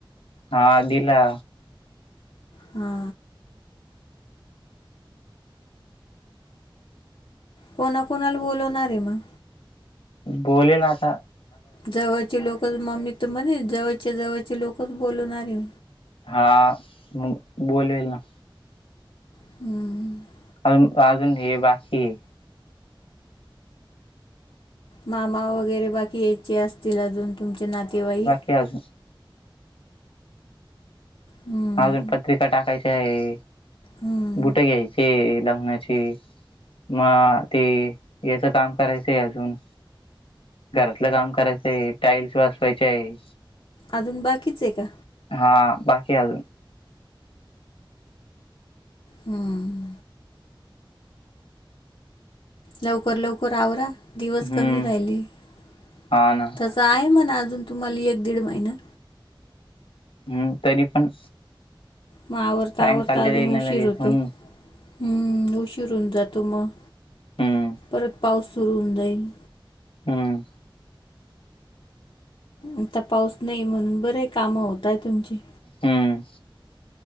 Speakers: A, on the left (about 85°); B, on the left (about 70°).
A: हा दिला
B: हा कोणा कोणाला बोलवणारे मग
A: बोले नासा
B: जवळचे लोकच मम्मी तू म्हणे जवळच्या जवळचे लोकच बोलणारी
A: हा म बोलवेल ना
B: हमम
A: अज अजून हे बाकी हे
B: मामा वगैरे बाकी यायचे असतील अजून तुमचे नातेवाई
A: तेज
B: हम्म.
A: अजून पत्रा टाकायची
B: हम्म.
A: बुट घ्यायचे लग्नाचे मग ते याचं काम करायचंय अजून घरातलं काम करायचं आहे टाईल्स वाचवायचे आहे
B: अजून बाकीच आहे का?
A: हा बाकी आजून
B: हम्म लवकर लवकर आवरा दिवस
A: हम्म
B: कमी राहिले त
A: हा ना
B: तर आहे म्हण अजून तुम्हाला एक दीड महिना
A: हम्म तरी पण
B: मग आवरता
A: टाइम
B: आवरता
A: चालले
B: अजून
A: जाईल ना
B: उशीर
A: लगेच
B: होतो
A: म्हणून
B: ह् उशीरन जातो मग
A: हम्म
B: परत पाऊस सुरू होऊन जाईल
A: हम्म
B: आता पाऊस नाही म्हणून बरे कामं होतय तुमची
A: हम्म